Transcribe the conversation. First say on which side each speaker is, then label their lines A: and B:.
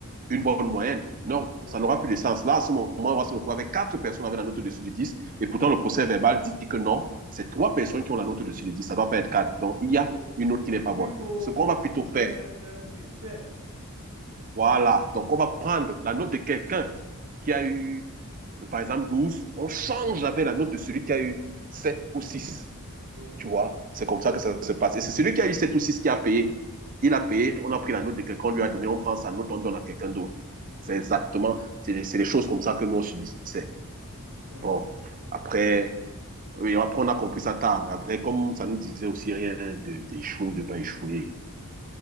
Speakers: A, on the right; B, on the right.
A: une bonne moyenne. Non,
B: oui,
A: ça n'aura plus de sens. Là, à ce moment, on va se retrouver avec quatre personnes avec la note au-dessus de 10 et pourtant le procès verbal dit que non, c'est trois personnes qui ont la note au-dessus de dix Ça ne doit pas être quatre. Donc, il y
B: oui.
A: a une note qui
B: Du
A: n'est pas
B: coup,
A: bonne.
B: il faut
A: Ce qu'on va plutôt
B: trouver
A: faire,
B: un, peut-être un bouc émissaire.
A: voilà. Donc, on va
B: Oui,
A: prendre la note de quelqu'un qui a eu, par exemple, 12. On change avec la note de celui qui a eu 7 ou 6.
B: oui.
A: Tu vois, c'est comme ça que ça se passe. Et c'est celui qui a eu 7 ou 6 qui a payé. Il a payé, on a pris la note de quelqu'un, on lui a donné, on prend sa note, on donne à quelqu'un d'autre.
B: mhm.
A: C'est exactement, c'est les, choses comme ça que nous, on subissait.
B: <laughs>
A: Bon, après, oui, après, on a compris ça tard, mais après, comme ça nous disait aussi rien de- d'échouer ou de ne pas échouer,